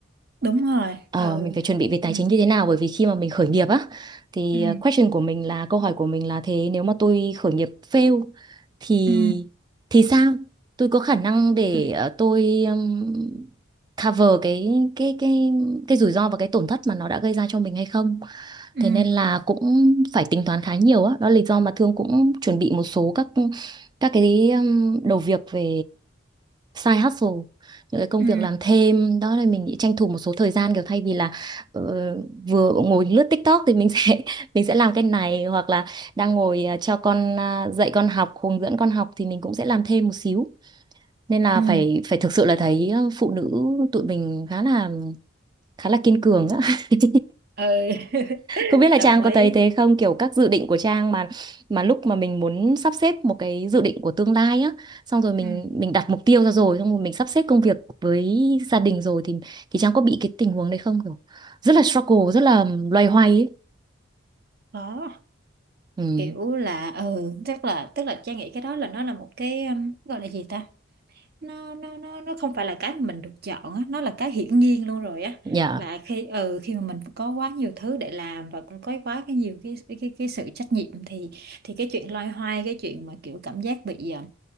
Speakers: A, on the right; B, on the right.
A: đúng rồi
B: Ờ,
A: ừ
B: mình phải chuẩn bị về tài
A: ừ
B: chính như thế nào bởi vì khi mà mình khởi nghiệp á thì
A: ừ
B: ờ, question của mình là câu hỏi của mình là thế nếu mà tôi khởi nghiệp fail thì
A: ừ
B: thì sao? Tôi có khả năng
A: đúng
B: để
A: rồi.
B: ờ, tôi ừm, cover cái cái cái cái rủi ro và cái tổn thất mà nó đã gây ra cho mình hay không?
A: ừ
B: Thế nên là cũng phải tính toán khá nhiều á, đó là lý do mà Thương cũng chuẩn bị một số các các cái ừm, đầu việc về side hustle những cái công
A: ừ
B: việc làm thêm đó là mình nghĩ tranh thủ một số thời gian kiểu thay vì là ờ, vừa ngồi lướt TikTok thì mình sẽ <laughs> mình sẽ làm cái này hoặc là đang ngồi à, cho con à, dạy con học hướng dẫn con học thì mình cũng sẽ làm thêm một xíu nên là
A: ừ
B: phải phải thực sự là thấy ờ, phụ nữ tụi mình khá là khá là kiên cường á <laughs>
A: ừ <laughs>
B: Không biết là
A: đồng
B: Trang có
A: ý
B: thấy thế không kiểu các dự định của Trang mà mà lúc mà mình muốn sắp xếp một cái dự định của tương lai á xong rồi mình
A: ừ
B: mình đặt mục tiêu ra rồi xong rồi mình sắp xếp công việc với gia đình rồi thì thì Trang có bị cái tình huống đấy không kiểu rất là struggle rất là loay hoay ấy
A: có
B: ừ
A: kiểu là ừ chắc là tức là Trang nghĩ cái đó là nó là một cái um, gọi là gì ta nó nó nó nó không phải là cái mà mình được chọn á nó là cái hiển nhiên luôn rồi á
B: dạ
A: là khi ừ khi mà mình có quá nhiều thứ để làm và cũng có quá cái nhiều cái cái cái, cái sự trách nhiệm thì thì cái chuyện loay hoay cái chuyện mà kiểu cảm giác bị um,